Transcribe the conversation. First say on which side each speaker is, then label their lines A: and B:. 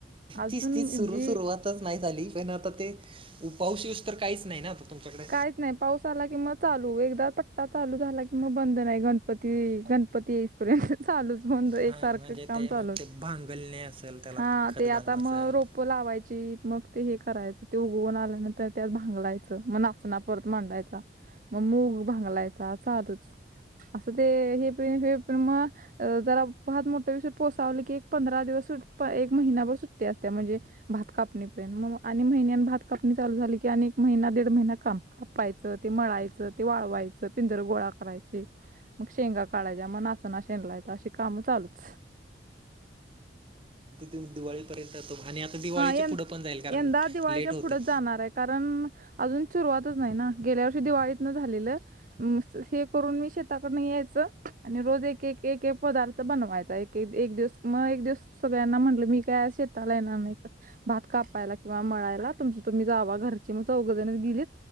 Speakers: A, on the right (about 50°); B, on the right (about 30°).
A: अजून
B: तीच तीच सुरू
A: जी
B: सुरुवातच नाही झाली पण आता ते उ पाऊस येऊस तर काहीच नाही ना. तुमच्याकडे
A: काहीच नाही पाऊस आला किं चालू एकदा तट्टा चालू झाला की. मग बंद नाही गणपती गणपती एयीसपरेंत चालूच. होंद एक
B: हा
A: सारखं
B: म्हणजे
A: काम
B: ते
A: चालू
B: मग ते भांगलणे असेल त्याला
A: हा
B: खत
A: ते
B: घालणं
A: आता
B: असेल
A: मग रोप लावायची मग ते हे करायचं ते उगवून आल्यानंतर त्यात भांगलायचं मग चना परत मांडायचा मग मूग भांगलायचा साधूच अस ते हे प हे प्र मग अ जरा फत मोठं विषय पोसावलं की एक पंधरा दिवस एक महिनाभर सुट्टी असते म्हणजे भात कापणीपर्यंत मग आणि महिन्या भात कापणी चालू झाली की आणि महिना दीड महिना. काम कापायचं ते मळायचं ते वाळवायचं पिंजर गोळा करायचे. मग शेंगा काढायच्या मग नाचं शेणलायचा अशी कामं चालूच.
B: दिव दिवाळीपर्यंत तो <unintelligible>
A: हा य
B: पुढं पण जाईल कारण
A: यंदा दिवाळीच्या
B: लेट होते
A: पुढच जाणार आहे कारण. अजून सुरुवातच नाही ना गेल्या वर्षी दिवाळीत न झालेलं. <unintelligible> हे करून मी शेताकडून यायचं आणि रोज एक एक एक एक पदार्थ बनवायचा एक- ते एक दिवस मग एक दिवस सगळ्यांना म्हटलं मी काय शेताला येणार नाही. क- भात कापायला किंवा मळायला तुमच तुम्ही जावा घरची मग चौघजण गेलीत.